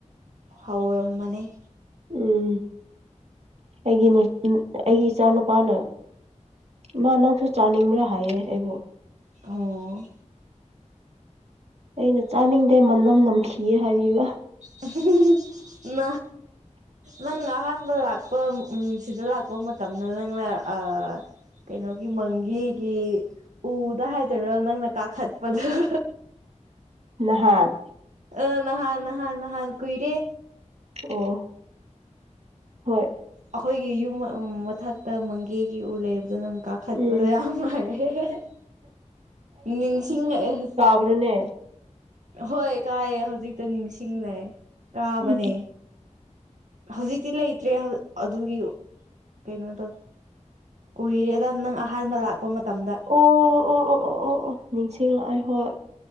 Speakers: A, on the right; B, on the right.
A: ꯐꯧꯔꯝꯃꯅꯦꯩ
B: ꯎꯝ ꯑꯩꯒꯤ ꯑꯩꯒꯤ ꯏꯆꯥ ꯅꯨꯨꯄꯥꯅ ꯏꯃ ꯅꯪꯁꯨ ꯆꯥꯅꯤꯡꯕ꯭ꯔꯥ ꯍꯥꯏꯌꯦ ꯑꯩꯕꯨꯣ
A: ꯑꯣ
B: ꯑꯩꯅ ꯆꯥꯅꯤꯡꯗꯦ ꯃꯅꯝ ꯅꯝꯈꯤꯌꯦ ꯍꯥꯏꯔꯤꯕꯔꯤꯕ
A: <unintelligible> ꯅꯪ ꯑꯍꯥꯟꯕ ꯂꯥꯛꯄ ꯎ ꯁꯤꯗ ꯂꯥꯛꯄ ꯃꯇꯝꯗꯅ ꯅꯪꯅ ꯑ ꯀꯩꯅꯣꯒꯤ ꯃꯪꯒꯦꯒꯤ ꯎꯗ ꯍꯥꯏꯗꯣꯏꯔꯣ ꯅꯪꯅ ꯀꯥꯈꯠꯄꯗꯨ
B: ꯅꯍꯥꯟ
A: ꯑ ꯅꯍꯥꯟ ꯅꯍꯥꯟ ꯅꯍꯥꯟ ꯀꯨꯏꯔꯦ
B: ꯑꯣ ꯍ
A: ꯑꯩꯈꯣꯏꯒꯤ ꯌꯨꯝ ꯃꯊꯛꯇ ꯃꯪꯒꯦꯒꯤ ꯎ ꯂꯩꯕꯗꯨꯣ ꯅꯪ ꯀ ꯈꯠꯄꯗꯣ
B: ꯎꯝ
A: ꯌꯥꯝ ꯃꯥꯥꯏꯦ ꯅꯤꯡꯁꯤꯡꯉꯛꯑꯦ
B: ꯍꯅꯦ
A: ꯍꯣꯏ ꯀꯥꯏꯌꯦ ꯍꯧꯖꯤꯛꯇ ꯅꯤꯡꯁꯤꯡꯂꯦ ꯀꯥꯕꯅꯦ
B: ꯑꯣ
A: ꯍꯧꯖꯤꯛꯇꯤ ꯂꯩꯇ꯭ꯔꯦ ꯑꯗꯨꯒꯤ ꯀꯩꯅꯣ ꯇꯧ ꯀꯨꯏꯔꯦꯗ ꯅꯪ ꯑꯍꯥꯟꯕ ꯂꯥꯛꯄ ꯃꯇꯝꯗ
B: ꯑꯣ ꯑꯣ ꯑꯣ ꯑꯣ ꯑꯣ ꯑꯣ ꯅꯤꯡꯁꯤꯡꯂꯛꯑꯥꯏ ꯍꯣꯏ